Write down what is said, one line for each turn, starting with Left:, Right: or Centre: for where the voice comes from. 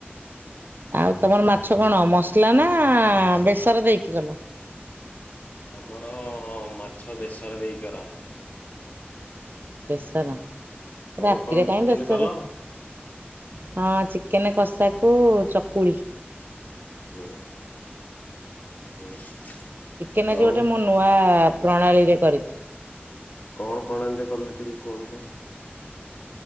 Right: ଆଉ ତମର ମାଛ କଣ ମସଲା ନା ବେସର ଦେଇକି କଲ?
Left: ଆମର ମାଛ ବେଶରେ ଦେଇକି କରାହେଲା।
Right: ବେସର
Left: ତମର
Right: ରାତିରେ
Left: କଣ
Right: କାଇଁ
Left: ଚିକେନ
Right: ବେସର?
Left: କଲ?
Right: ହଁ, ଚିକେନ୍ କଷାକୁ ଚକୁଳି।
Left: ହୁଁ। ହୁଁ
Right: ଚିକେନ ଆଜି
Left: ଆଉ
Right: ଗୋଟେ ମୁଁ ନୂଆ ପ୍ରଣାଳୀରେ କରିଛି।
Left: କଣ ପ୍ରଣାଳିରେ କଲେ ଟିକେ କୁହନ୍ତୁ?